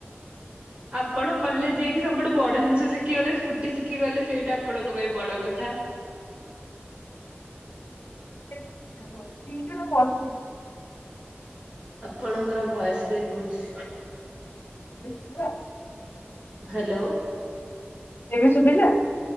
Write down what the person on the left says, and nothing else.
<unintelligible>
<inaudible>
ଏବେ ସୁୁଭିଲା?